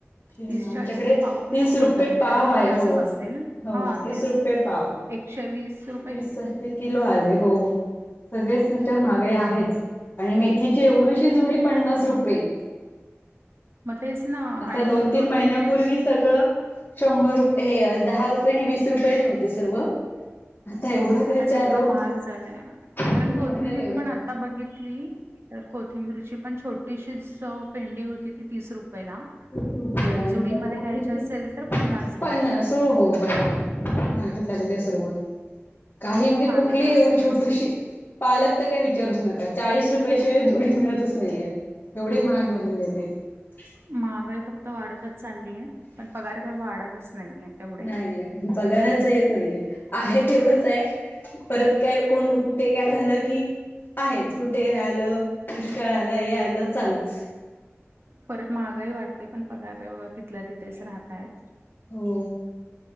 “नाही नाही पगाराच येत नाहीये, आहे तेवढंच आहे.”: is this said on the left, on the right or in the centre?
Left